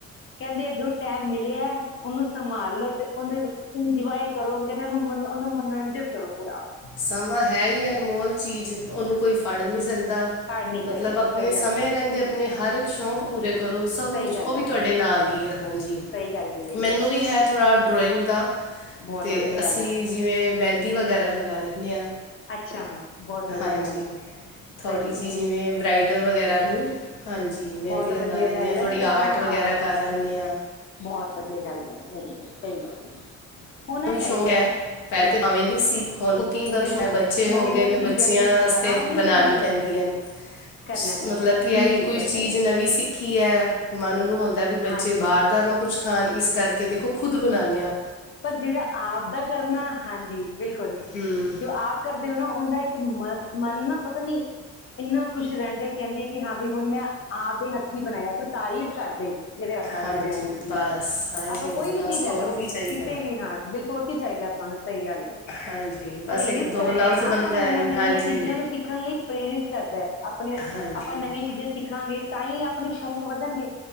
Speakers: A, on the left; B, on the left.
A: ਕਹਿੰਦੇ ਜੋ ਟੈਮ ਮਿਲਿਆ ਉਹਨੂੰ ਸੰਭਾਲ ਲੋ ਤੇ ਉਹਦੇ ਇੰਜੋਏ ਕਰੋ ਕਹਿੰਦੇ ਉਹ ਮ ਉਹ ਮਨੋਰੰਜਨ ਕਰੋ ਪੂਰਾ
B: ਸਮਾਂ ਹੈ ਹੀ ਅਨਮੋਲ ਚੀਜ਼ ਉਹਨੂੰ ਕੋਈ ਫੜ ਨਹੀਂ ਸਕਦਾ।
A: ਹਾਰ ਨਹੀਂ
B: ਮਤਲਬ
A: ਸਕਦਾ
B: ਆਪਣੇ
A: ਸਹੀ
B: ਸਮੇਂ
A: ਗੱਲ ਕਹੀ
B: ਰਹਿੰਦੇ ਆਪਣੇ ਹਰ ਇੱਕ ਸ਼ੌਂਕ ਪੂਰੇ ਕਰੋ। ਸਭ
A: ਸਹੀ
B: ਕੁਛ
A: ਗੱਲ
B: ਉਹ ਵੀ
A: ਹੈ
B: ਤੁਹਾਡੇ ਨਾਲ ਹੀ ਹੈ ਹਾਂਜੀ
A: ਸਹੀ ਗੱਲ ਕਹੀ ਹੈ
B: ਮੈਨੂੰ
A: ਬਿਲਕੁਲ
B: ਵੀ ਹੈ ਥੋੜ੍ਹਾ ਡਰੋਇੰਗ ਦਾ।
A: ਬਹੁਤ
B: ਅਤੇ
A: ਵਧੀਆ
B: ਅਸੀਂ
A: ਗੱਲ ਹੈ।
B: ਜਿਵੇਂ ਮਹਿੰਦੀ ਵਗੈਰਾ ਲਗਾ ਲੈਂਦੇ ਹਾਂ
A: ਅੱਛਾ ਬਹੁਤ ਵਧੀਆ
B: ਹਾਂਜੀ
A: ਗੱਲ ਹੈ
B: ਥੋੜ੍ਹੀ
A: ਸਹੀ
B: ਜਿਹੀ
A: ਹੈ
B: ਜਿਵੇਂ ਬਰਾਈਟ। ਡ ਵਗੈਰਾ ਨੂੰ ਹਾਂਜੀ ਮਹਿੰਦੀ
A: ਬਹੁਤ
B: ਲਗਾ
A: ਵਧੀਆ
B: ਲੈਂਦੇ
A: ਗੱਲ
B: ਹਾਂ ਥੋੜ੍ਹੀ
A: ਹੈ ਫਿਰ
B: ਆਰਟ
A: ਤਾਂ
B: ਵਗੈਰਾ
A: ਹਾਂ
B: ਕਰ ਲੈਂਦੇ ਹਾਂ
A: ਬਹੁਤ ਵਧੀਆ ਗੱਲ ਹੈ ਸਹੀ ਗੱਲ ਹੈ। ਹੋਣਾ
B: ਵੀ
A: ਚਾਹੀਦਾ
B: ਸ਼ੌਕ ਹੈ ਪੈਰੇ ਤੇ ਮਾਵੇਂ ਨੀ ਹਨ ਕੁਕਿੰਗ ਦਾ ਵਿ
A: ਵੀ ਸ਼ੌਂਕ
B: ਬੱਚੇ
A: ਹੈ
B: ਹੋ
A: ਨਵੀਂ ਨਵੀਂ
B: ਗਏ ਨੇ
A: ਚੀਜ਼ਾਂ
B: ਬੱਚਿਆਂ
A: ਸਿੱਖਣ
B: ਵਾਸਤੇ
A: ਦਾ ਹਾਂ ਨਹੀਂ
B: ਬਣਾਣੀ
A: ਸ਼ੌਂਕ ਹੁੰਦਾ
B: ਪੈਂਦੀਆਂ ਹਨ
A: ਕਰਨਾ
B: ਸ
A: ਪੈਂਦਾ
B: ਮਤਲਬ
A: ਹੈ।
B: ਕਿ
A: ਜੀ
B: ਇਹੀ
A: ਬਿਲਕੁਲ
B: ਕੋਈ ਚੀਜ਼
A: ਸਹੀ ਗੱਲ
B: ਨਵੀਂ
A: ਹੈ
B: ਸਿੱਖੀ ਹੈ ਮਨ ਨੂੰ ਹੁੰਦਾ ਵੀ ਬੱਚੇ
A: ਹਾਂਜੀ
B: ਬਾਹਰ ਦਾ ਨਾ ਕੁਛ। ਖਾਣ ਇਸ ਕਰਕੇ ਦੇਖੋ ਖੁਦ ਬਣਾਉਂਦੇ ਹਾਂ।
A: ਪਰ ਜਿਹੜਾ ਆਪ ਦਾ ਕਰਨਾ ਹਾਂਜੀ ਬਿਲਕੁਲ
B: ਹੂੰ
A: ਜੋ ਆਪ ਕਰਦੇ ਹੋ ਨਾ ਉਹਦਾ ਇੱਕ ਮ ਮਨ ਨਾ ਪਤਾ ਨੀ ਇੰਨਾ ਖੁਸ਼ ਰਹਿੰਦੇ ਕਹਿੰਦੇ ਕਿ ਹਾਂ ਬਈ ਹੁਣ ਮੈਂ ਆਪ ਦੇ ਹੱਥੀਂ ਬਣਾਇਆ ਕੋਈ ਤਾਰੀਫ਼ ਕਰਦੇ। ਜਿਹੜੇ ਹੱਥਾਂ
B: ਹਾਂਜੀ
A: ਦੀ ਬਣਾਈ ਚੀਜ਼
B: ਬਸ
A: ਆ
B: ਹਾਂਜੀ
A: ਆਪਾਂ
B: ਹਾਂਜੀ
A: ਕੋਈ ਵੀ
B: ਬਸ
A: ਚੀਜ਼ ਲੈ
B: ਹੋਰ
A: ਲਓ
B: ਕੀ ਚਾਹੀਦਾ
A: ਕਿਤੇ ਵੀ ਹਾਂ ਬਿਲਕੁਲ ਕੀ ਚਾਹੀਦਾ ਆਪਾਂ ਨੂੰ ਸਹੀ ਗੱਲ ਆ।
B: ਹਾਂਜੀ ਬਸ
A: ਪ੍ਰੇਰਿਤ
B: ਇੱਕ ਦੋ
A: ਕਰਦਾ
B: ਲਫ਼ਜ਼
A: ਹੈ ਨਾ
B: ਬੰਦਾ
A: ਆਪਾਂ ਨੂੰ
B: ਹੈ
A: ਇਹਨਾਂ ਨਵੀਆਂ
B: ਹਾਂਜੀ
A: ਚੀਜ਼ਾਂ ਨੂੰ ਸਿੱਖਣ ਲਈ ਪ੍ਰੇਰਿਤ ਕਰਦਾ ਹੈ। ਆਪਣੇ
B: ਹਾਂਜੀ
A: ਆਪਾਂ ਨਵੀਆਂ ਚੀਜ਼ਾਂ ਸਿੱਖਾਂਗੇ ਤਾਂ ਹੀ ਆਪਣੇ ਸ਼ੌਂਕ ਵਧਣਗੇ।